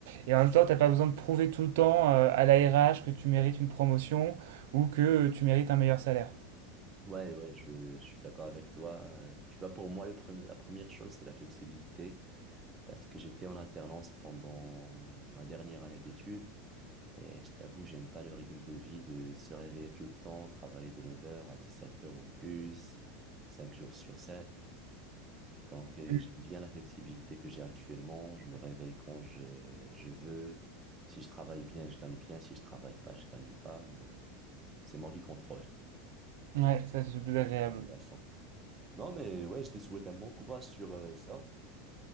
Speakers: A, on the right (about 75°); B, on the right (about 20°).
A: Et en même temps, t'as pas besoin de prouver tout le temps euh, à la RH que tu mérites une promotion ou que euh, tu mérites un meilleur salaire.
B: ouais, ouais, je, je suis d'accord avec toi. Euh, Tu vois, pour moi, le premi- la première chose, c'est la flexibilité. parce que j'étais en alternance pendant ma dernière année d'études et je t'avoue, j'aime pas le rythme de vie de se réveiller tout le temps, travailler de 9 heures à 17 heures ou plus, cinq jours sur sept Donc euh,
A: Mm.
B: j'aime bien la flexibilité que j'ai actuellement, je me réveille quand je, je veux. Si je travaille bien, je gagne bien, si je travaille pas, je gagne pas, mais c'est moi qui contrôle.
A: Ouais, ça c'est plus
B: Ouais,
A: agréable.
B: c'est intéressant.
A: oui.
B: Non, mais ouais, je te souhaite un bon courage sur euh, ça.